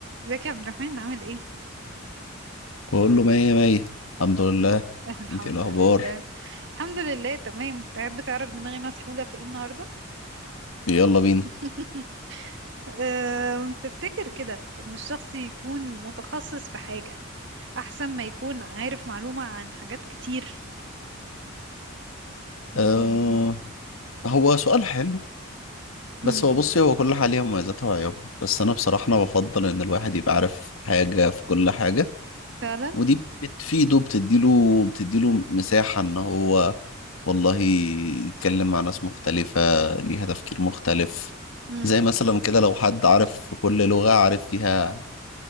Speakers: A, on the right (about 60°); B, on the left (about 85°).
A: ازيك يا عبد الرحمن عامل ايه؟
B: كله مية مية الحمد لله
A: <laughs> الحمد
B: انت ايه الاخبار
A: لله الحمد لله تمام تعب تعرف دماغي مسحولة في ايه النهاردة؟
B: يلا بينا
A: <laughs> أم، تفتكر كده ان الشخص يكون متخصص في حاجة احسن ما يكون عارف معلومة عن حاجات كتير يعني
B: آه هو سؤال حلو
A: مم.
B: بس هو بصي هو كل حاجة ليها مميزاتها وعيوبها بس انا بصراحة انا بفضل ان الواحد يبقى عارف حاجة في كل حاجة
A: فعلا
B: ودي بتفيده بتديله بتديله مساحة ان هو والله يتكلم مع ناس مختلفة ليها تفكير مختلف
A: مم.
B: زي مثلا كده لو حد عارف في كل لغة عارف فيها